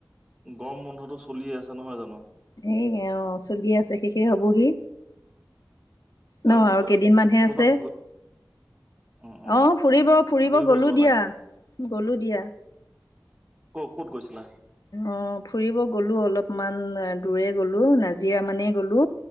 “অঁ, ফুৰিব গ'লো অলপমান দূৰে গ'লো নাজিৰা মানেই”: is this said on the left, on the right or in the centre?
Left